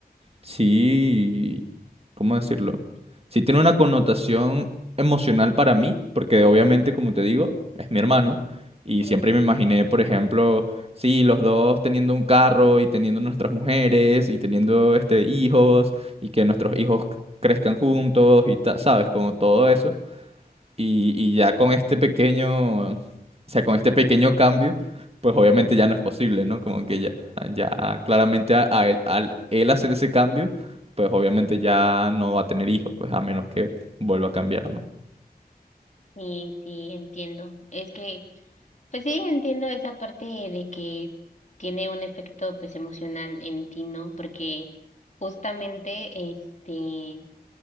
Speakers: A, on the right (about 40°); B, on the left (about 50°).
A: sí, ¿cómo decirlo? Sí tiene una connotación emocional para mí, porque obviamente, como te digo, es mi hermano, y
B: Sí,
A: siempre me imaginé, por ejemplo, sí, los dos teniendo un carro y teniendo nuestras mujeres y teniendo este hijos y que nuestros hijos crezcan juntos y ta- sabes, como todo eso. Y, y ya con este pequeño, o sea, con este pequeño cambio, pues obviamente ya no es posible, ¿no? Como que ya, ya claramente a- a él- al él hacer ese cambio, pues obviamente ya no va a tener hijos, pues a menos que vuelva a cambiar, ¿no?
B: sí, sí, entiendo. Es que, pues sí, entiendo esa parte de que tiene un efecto, pues, emocional en ti, ¿no? Porque justamente, este